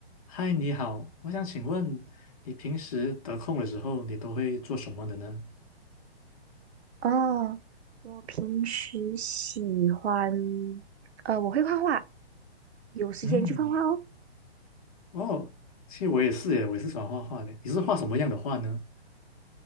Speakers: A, on the left (about 35°); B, on the right (about 75°).
A: 嗨，你好，我想请问你平时得空的时候，你都会做什么的呢？
B: 哦，我平时喜欢，呃，我会画画，有时间就画画哦。
A: 嗯，哦，其实我也是耶，我也是喜欢画画的。你是画什么样的画呢？